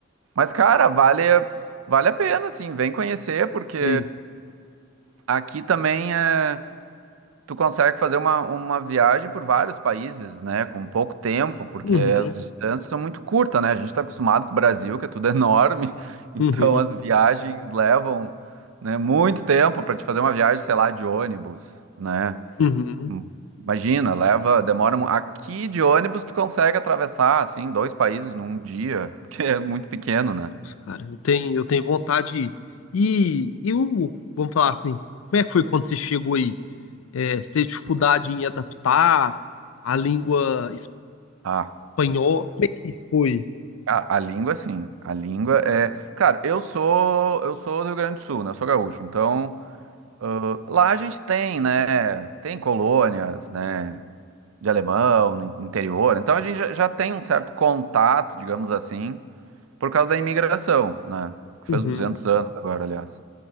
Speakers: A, on the right; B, on the left.
A: mas cara, vale vale a pena assim, vem conhecer porque
B: <laughs>
A: aqui também é tu consegue fazer uma, uma viagem por vários países, né? Com pouco tempo, porque
B: Uhum,
A: as distâncias são muito curtas, né? A gente está acostumado com o Brasil, que é tudo <laughs> enorme, então
B: uhum,
A: as viagens levam, né, muito tempo para te fazer uma viagem, sei lá, de ônibus, né?
B: uhum.
A: Hum, Imagina, leva, demora. mu- Aqui de ônibus tu consegue atravessar, assim, dois países num dia, <laughs> porque é muito pequeno, né?
B: Nossa, cara, eu tenho, eu tenho vontade. de ir. E, e o, vamos falar assim, como é que foi quando você chegou aí? É, você teve dificuldade em adaptar a língua
A: Ah,
B: espanhola? Como é que foi?
A: A, a língua, sim. A língua é. Cara, eu sou eu sou do Rio Grande do Sul, né? Eu sou gaúcho. Então, ãh, lá a gente tem, né? Tem colônias, né? De alemão, no interior. Então a gente já, já tem um certo contato, digamos assim, por causa da imigração, né? Que
B: Uhum.
A: faz 200 anos agora, aliás.